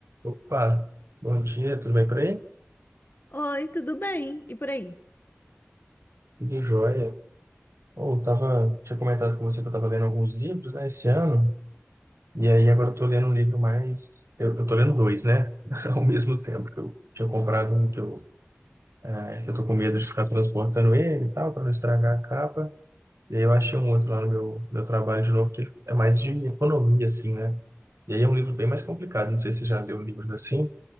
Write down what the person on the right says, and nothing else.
Opa, bom dia, tudo bem por aí?
Tudo jóia. Ou tava, tinha comentado com você que eu tava lendo alguns livros, né, esse ano, e aí agora eu tô lendo um livro mais, eu, eu tô lendo dois, né, <laughs> ao mesmo tempo que eu tinha comprado um que eu, eh, que eu tô com medo de ficar transportando ele e tal, para não estragar a capa, e aí eu achei um outro lá no meu, meu trabalho de novo, que é mais de economia, assim, né, e aí é um livro bem mais complicado, não sei se você já leu livros assim,